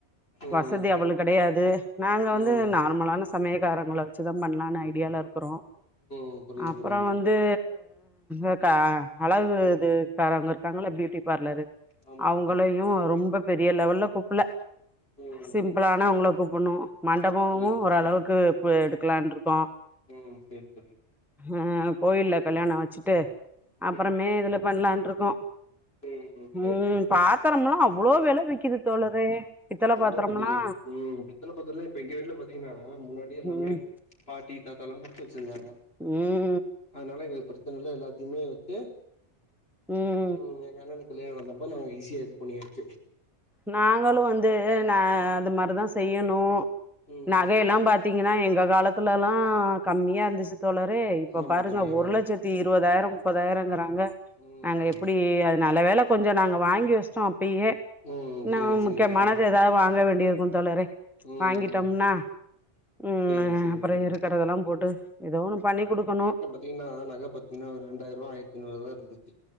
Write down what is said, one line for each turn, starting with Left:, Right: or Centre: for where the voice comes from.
Left: ம்
Centre: வசதி அவ்ளவு கிடையாது நாங்க வந்து
Left: ம்
Centre: நார்மலான சமயக்காரங்கள வச் சு தா பண்ணலாம்னு ஐடியாலா இருக்கிறோ
Left: ம் புரியுது
Centre: அப்றோ
Left: புரியுது தோழி
Centre: வந்து அ க்கா அழகு இதுக்காரங்க இருக்காங்ள பியூட்டி பார்லரு
Left: ஆமா
Centre: அவுங்களையு
Left: தோழி
Centre: ரொம்ப பெரிய லெவல்ல கூப்பல்ல
Left: ம்
Centre: சிம் ளானாவுங்கள கூப்பண்ணு மண்டபமு
Left: புரியுது
Centre: ஓரளவுக்கு
Left: தோழி
Centre: எடுக்கலானு இருக்கோ
Left: ம் சேரி தோழி
Centre: அ கோயில்ல கல்யாணோ வச்சுட்டு அப்புறமே
Left: ம்
Centre: இதுல பண்ணலானு இருக்கோ
Left: ம் சேரி
Centre: ம்
Left: சேரி
Centre: பாத்திரம் எல்லா அவ்ளோ விலவிக்குது தோழரே பித்தள
Left: ஆமா
Centre: பாத்தரம்லா
Left: தோழி ம் பித்தல பத்தரல்லா இப்ப எங்க வீட்டுல பாத்தீங்கன்னா முன்னாடி எல்லாமே
Centre: ம்
Left: பாட்டி தாத்தாலா குடுத்து வச்சிருந்தாங்க
Centre: ம்
Left: அதனால எங்க பிரச்சன இல்லா எல்லாத்தையுமே வச்சு
Centre: ம்
Left: ம் எங்க அண்ணாக்கு கல்யாணோ வந்தப்ப நாங்க ஈஸியா இது பண்ணியாச்சு
Centre: நாங்களு வந்து நா அந்த மாரிதா செய்யணு
Left: ம்
Centre: நகையெல்லா பா த்தீங்கன்னா எங்க காலத்துல எல்லா கம்மியா இருந்துச்சு தோழரே இப்ப
Left: ஆமா
Centre: பாருங்க
Left: தோழி ஆமா
Centre: ஒரு லட்சத் தி இருபதாயிரோ முப்பதாயிரோ இங்கிறாங்க
Left: ம்
Centre: நாங்க எப்டி அ நல்ல வேல கொஞ்சோ நாங்க வாங்கி வச்சிட்டோ அப்பயே
Left: ம்
Centre: இன்னு
Left: சேரி சேரி
Centre: முக்கியமானது
Left: தோழி
Centre: ஏதாது வாங்க வேண்டிய இருக்கு தோழரே
Left: ம்
Centre: வாங்கிட்டோம்னா ம்
Left: சேரி
Centre: அ
Left: சேரி
Centre: அப்றோ
Left: தோழி
Centre: இருக்கிறதெல்லா போட்டு ஏதோ ஒண்ணு பண்ணி கொடுக்கணு
Left: திங்னா நகப்பத்திங்கன்னா ஒரு ரெண்டாயிரூா ஆயிரத்தி நூரோதா இருந்துச்சு